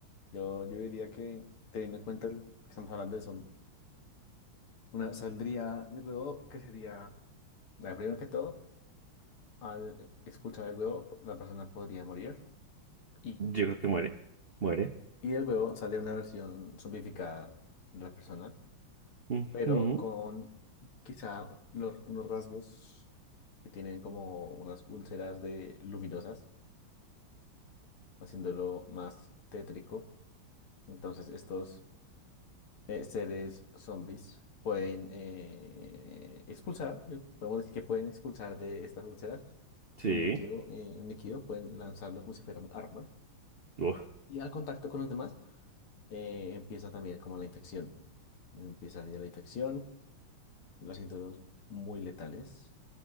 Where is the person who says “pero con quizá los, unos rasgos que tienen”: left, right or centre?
Left